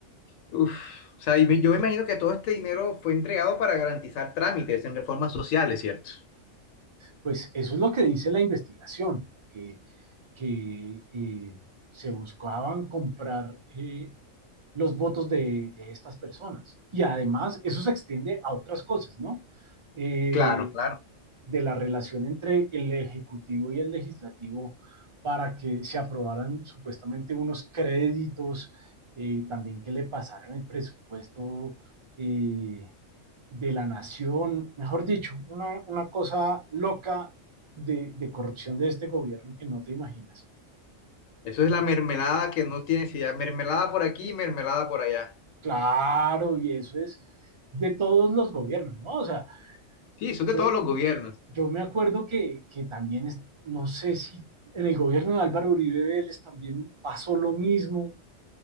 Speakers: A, on the left; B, on the right.
A: Uf, o sea, y me- yo me imagino que todo este dinero fue entregado para garantizar trámites en reformas sociales, ¿cierto?
B: Pues eso es lo que dice la investigación, que, que eh, se buscaban comprar eh, los votos de, de, estas personas. Y además eso se extiende a otras cosas, ¿no? Eh,
A: Claro, claro.
B: de la relación entre el Ejecutivo y el Legislativo para que se aprobaran supuestamente unos créditos, eh, también que le pasaran el presupuesto eh, de la nación, mejor dicho, una, una cosa loca de, de, corrupción de este gobierno que no te imaginas.
A: Eso es la mermelada que no tiene si mermelada por aquí mermelada por allá.
B: Claro, y eso es de todos los gobiernos, ¿no? O sea,
A: Sí, son de
B: Yo,
A: todos los
B: yo,
A: gobiernos.
B: yo me acuerdo que, que también, es- no sé si en el gobierno de Álvaro Uribe Vélez también pasó lo mismo,